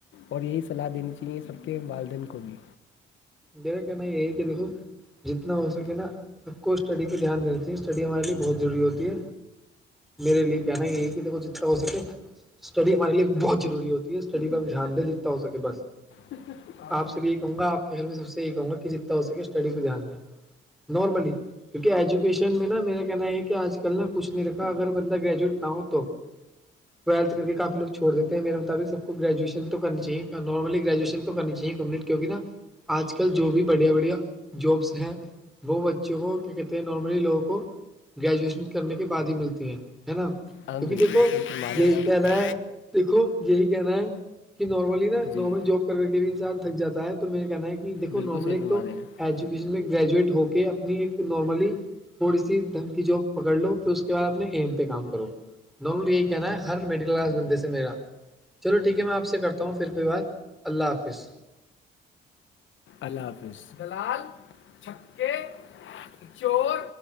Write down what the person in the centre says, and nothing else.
دیرا کہنا یہی کہ دیکھو جتنا ہو سکے نا سب کو اسٹڈی پہ دھیان دے ج اسٹڈی ہمارے لیے بہت ضروری ہوتی ہے میرے لیے کہنا یہ ہے کہ دیکھو جتنا ہو سکے اسٹڈی ہمارے لیے بہت ضوری ہوتی ہے اسٹڈی پ دھیان دیں جتنا ہو سکے بس
آپ سے بھی یہ کہوں گا آپ کے گھر میں سب سے یہ کہوں گا کہ جتنا ہو سکے اسٹڈی کو دھیان میں نارملی کیونکہ ایجوکیشن میں نا میرا کہنا یہ ہے کہ آج کل نا کچھ نہیں رکھا اگر بندہ گریجویٹ نہ ہو تو ٹویلت کر کے کافیوگ چھوڑ دیتے ہیں میرے مطابق سب کو گریجویشن تو کرنی چاہیے نارملی گریجویشن تو کرنی چاہیے کمپلیٹ کیونکہ نا آج کل جو بھی بڑھیا بڑھیا جابس ہیں وہ بچوں کو کیا کہتے ہیں نارملی لوگوں کو گریجویشن کرنے کے بعد ہی ملتی ہیں ہے نا
کیونکہ
دیکھو
یہیی
کہ ل ہے دیکھو یہی کہنا ہے کہ نارملی نا
نارمل جاب کر کے بھی انسان تھک جا ہے تو میرا کہنا ہے کہ دیکو
نارملی
ایک
تو
ایجوکیشن میں گریجویٹ ہو کے اپنی ایک نارملی تھوڑی سی دھمکی جاب پکڑ لو پھر اس کے بعد اپنے ایم پہ کام کرو نل یہی کہنا ہے ہر میڈل کلاس بندے سے میرا چلو ٹھیک ہے میں آپ سے کرتا ہوں پھر کوئی بات اللہ حافظ